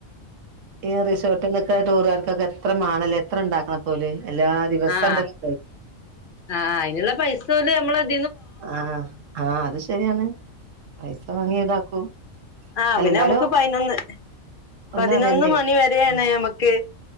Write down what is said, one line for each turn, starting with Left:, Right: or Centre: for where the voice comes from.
Right: ഈ റിസോർട്ട്ന്നൊക്കെ ടൂറുകാർക്കൊക്കെ എത്ര മാണലേ എത്ര ണ്ടാക്കണപ്പോല് എല്ലാ ദിവസം
Left: ആഹ്
Right: ഉണ്ടല്ലോ
Left: ആഹ് അയിന്ള്ള പൈസ ഓല് അമ്മളെ ട്
Right: ആഹ്‌ ആഹ്‌ അത് ശരിയാണ്. പൈസ വാങ്ങി ഈടാക്കും
Left: ആഹ്‌
Right: അല്ല
Left: പിന്നെമ്മക്ക്
Right: എന്നാലും
Left: പയിനൊന്ന്.
Right: ഒന്നും
Left: പതിനൊന്ന്
Right: അറിയണ്ടേ
Left: മണി വരെയാണ്
Right: ഉം
Left: അമ്മക്ക്